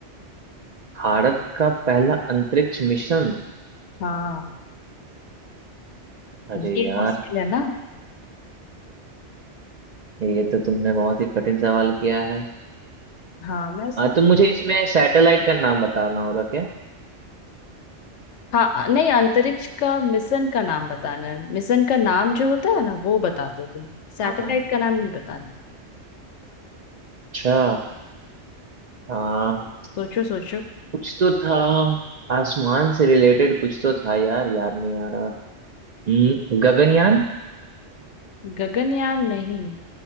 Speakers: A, on the right (about 50°); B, on the left (about 80°).
A: भारत का पहला अंतरिक्ष मिशन
B: हाँ
A: अरे
B: ये
A: यार
B: मुश्किल है ना
A: ये तो तुमने बहुत ही कठिन सवाल किया है
B: हाँ मैं
A: आ, तुम मुझे इसमें सैटेलाइट का नाम बताना होगा क्या
B: हाँ नहीं अंतरिक्ष का मिशन का नाम बताना है मिशन का नाम जो होता है ना वो बता दो तुम सैटेलाइट
A: हाँ हाँ
B: का नाम नहीं बताना है
A: अच्छा हाँ
B: सोचो सोचो
A: कुछ तो था आसमान से रिलेटेड कुछ तो था यार याद नहीं आ रहा हम्म, गगनयान
B: गगनयान नहीं